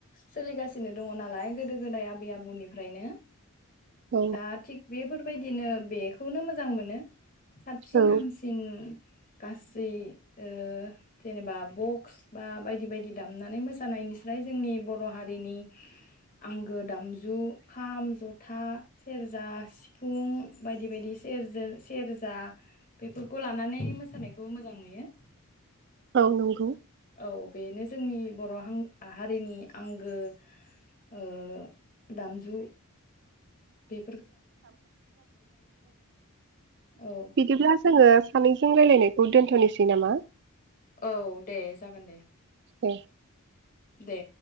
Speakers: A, on the left (about 40°); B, on the right (about 50°).
A: सोलिगासिनो दङ नालाय गोदो-गोदाय आबै आबौनिफ्रायनो
B: औ
A: दा थिख बेफोरबायदिनो बेखौनो मोजां मोनो। साबसिन
B: औ
A: हामसिन गासै ओ जेनेबा बक्स बा बायदि बायदि दामनानै मोसानायनिस्राय जोंनि बर' हारिनि आंगो दामजु खाम जथा सेरजा सिफुं बायदि बायदि सेर-सेरजा बेफोरखौ लानानै मोसानायखौ मोजां नुयो।
B: औ नंगौ।
A: औ बेनो जोंनि बर' हारिनि आंगो ओ दामजु बे औ
B: बिदिब्ला जोङो सानैजों रायलायनाय दोनथ'निसै नामा?
A: औ दे जागोन दे
B: दे
A: दे